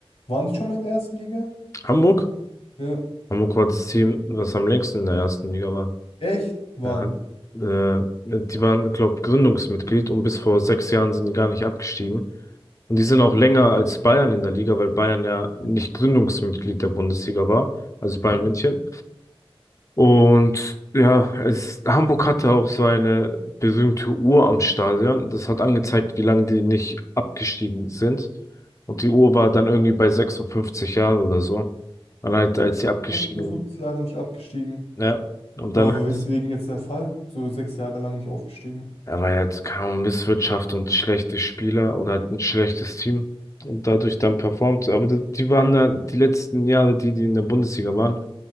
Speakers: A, on the left; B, on the left.
A: Waren die schon mal in der ersten Liga?
B: Hamburg?
A: Ja.
B: Hamburg war das Team, was am längsten in der ersten Liga war.
A: Echt? Waren.
B: Ja, äh, die waren, glaube Gründungsmitglied und bis vor sechs Jahren sind die gar nicht abgestiegen. Und die sind auch länger als Bayern in der Liga, weil Bayern ja nicht Gründungsmitglied der Bundesliga war, also Bayern
A: Ja.
B: München. Und ja, es, Hamburg hatte auch so eine berühmte Uhr am Stadion. Das hat angezeigt, wie lange die nicht abgestiegen sind. Und die Uhr war dann irgendwie bei 56 Jahren oder so. Dann halt, als sie abgestiegen,
A: 56 Jahre nicht abgestiegen.
B: ja. Und
A: Aber
B: dann halt
A: weswegen jetzt der Fall? So sechs Jahre lang nicht aufgestiegen.
B: Aber er hat kaum Misswirtschaft und schlechte Spieler oder halt ein schlechtes Team und dadurch dann performt. Aber die, die waren da die letzten Jahre, die, die in der Bundesliga waren,